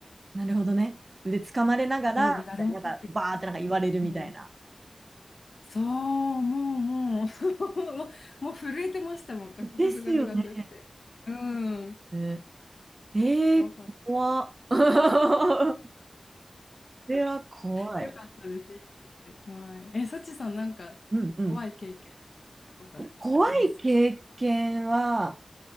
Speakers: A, on the right (about 40°); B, on the left (about 70°).
A: なるほどね。腕掴まれながら、
B: そうで誰も通りかかんない。
A: みたいななんか、バーってなんか言われるみたいな。
B: もう、そう、もう、もう、<laughs> もう、<laughs> もう震えてましたもん、ガクガクガクガクって。
A: ですよね。
B: うん。
A: ねええー怖っ。
B: 怖かっ
A: <laughs> それは怖い。
B: た。よかったです、生きてて。はい。え、サチさん、なんか怖い経験とかしたことああります
A: うんうん。怖い経験は、